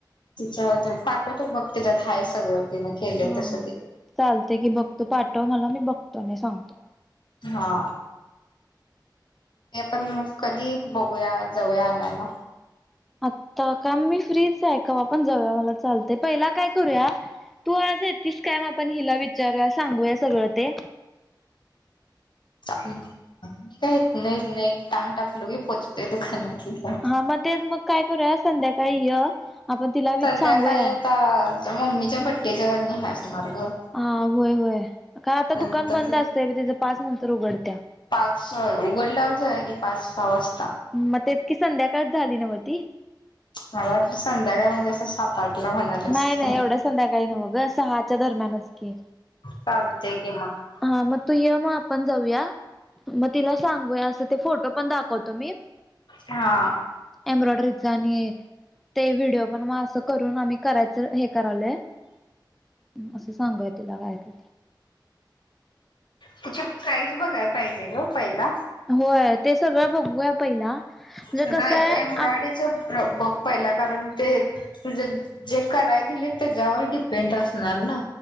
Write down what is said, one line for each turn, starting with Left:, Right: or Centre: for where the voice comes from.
Left: तिचं पाठवतो बघ त्याच्यात हाय सगळं. तिनं केलंय
Centre: हा
Left: तसं
Centre: हा
Left: ते
Centre: चालतंय की बघतो पाठवा मला मी बघतो आणि सांगतो.
Left: हा ते पण कधी बघूया जाऊया आणायला
Centre: आता का मी फ्रीच ऐका आपण जाऊया मला चालतेय पहिला काय करूया तू आज येेततीस काय मग आपण हिला विचारूया सांगूया सगळं ते
Left: <unintelligible> काही नाही नाही टांग टाकलोी पोहोचतेोय दुकानात तिथं.
Centre: हा मग तेच मग काय करूया संध्याकाळी य आपण तिला वि
Left: संध्याकाळी
Centre: सांगूया
Left: आता आमच्या मम्मीच्या बड्डेच्या असणार ग.
Centre: हा होय होय का आता
Left: नंतर
Centre: दुकान बंद
Left: ते
Centre: असतय त्याच्या पाच नंतर उघडत्या
Left: पाच स उघडल्यावरच की पाच सहा वाजता
Centre: मग ततकी संध्याकाळच झाली नव्हतीी
Left: मला आ संध्याकाय म्हणजे असं आठ ला म्हणाल्यास
Centre: नाही
Left: काय.
Centre: नाही एवढं संध्याकाळी नाही बघ सहाच्या दरम्यानच की
Left: चालतंय की मग.
Centre: हा मग तू य मग आपण जाऊया मग तिला सांगूया अस फोटो पण दाखवतो मी
Left: हा
Centre: एम्ब्रॉयडरीचा आणि ते व्हिडिओ पण मग असं करू करायचं हे करावलंय असं सांगूय तिला काय का
Left: त्याची प्राईज बघाय पाहिजे ग पहिला
Centre: होय ते सगळं बघूया पहिला म्हणजे
Left: तुझं
Centre: कसं आहे
Left: एम्ब्रॉयडरीच बघ पहिला कारण ते तुझे जे कराय दिले त्याच्यावर डिपेंड असणार ना